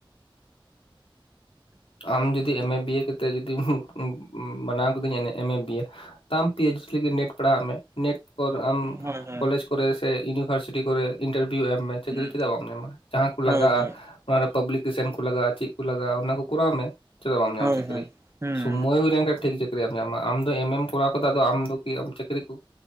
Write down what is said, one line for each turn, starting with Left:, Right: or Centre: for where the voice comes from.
Left: <inaudible> ᱟᱢ ᱡᱩᱫᱤ ᱮᱢᱮ ᱵᱤᱭᱮ ‌ᱠᱟᱛᱮᱫ ᱡᱩᱫᱤᱢ ᱢᱟᱱᱟᱣ ᱠᱤᱫᱟᱹᱧ ᱮᱢᱮ ᱵᱤᱭᱮ, ᱛᱟᱢ ᱯᱤ ᱮᱪ ᱞᱤᱜᱤᱫ ᱱᱮᱴ ᱯᱟᱲᱟᱜ ᱢᱮ ᱱᱮᱴ ᱯᱚᱨ ᱟᱢ
Right: ᱦᱳᱭ ᱦᱳᱭ
Left: ᱠᱚᱞᱮᱡᱽ ᱠᱚᱨᱮ ᱥᱮ ᱤᱭᱩᱱᱤᱵᱷᱟᱨᱥᱤᱴᱤ ᱠᱚᱨᱮ, ᱤᱱᱴᱟᱨᱵᱷᱤᱭᱩ ᱮᱢ ᱢᱮ ᱪᱟᱹᱠᱨᱤ
Right: ᱦᱩᱸ
Left: ᱪᱮᱫᱟᱜ ᱵᱟᱢ ᱧᱟᱢᱟ ᱡᱟᱦᱟᱸ ᱠᱚ ᱞᱟᱜᱟᱜᱼᱟ,
Right: ᱦᱳᱭ ᱦᱳᱭ
Left: ᱚᱱᱟ ᱨᱮ ᱯᱟᱵᱽᱞᱤᱠᱮᱥᱚᱱ ᱠᱚ ᱞᱟᱜᱟᱜᱼᱟ ᱪᱮᱫ ᱠᱚ ᱞᱟᱜᱟᱜᱼᱟ ᱚᱱᱟ ᱠᱚ ᱠᱚᱨᱟᱣ ᱢᱮ ᱾ ᱪᱮᱫᱟᱜ ᱵᱟᱢ ᱧᱟᱢᱟ
Right: ᱦᱳᱭ
Left: ᱪᱟᱹᱠᱨᱤ
Right: ᱦᱳᱭ ᱦᱩᱸ
Left: ᱥᱚᱢᱚᱭ ᱦᱩᱭ ᱞᱮᱱᱠᱷᱟᱱ ᱴᱷᱤᱠ ᱪᱟᱹᱠ ᱪᱟᱹᱠᱨᱤᱭᱮᱢ ᱧᱟᱢᱟ ᱟᱢ ᱫᱚ ᱮᱢ ᱮᱢ ᱠᱚᱨᱟᱣ ᱠᱟᱫᱟ ᱟᱫᱚ ᱟᱢ ᱫᱚ ᱠᱤ ᱪᱟᱹᱠᱨᱤ ᱠᱚ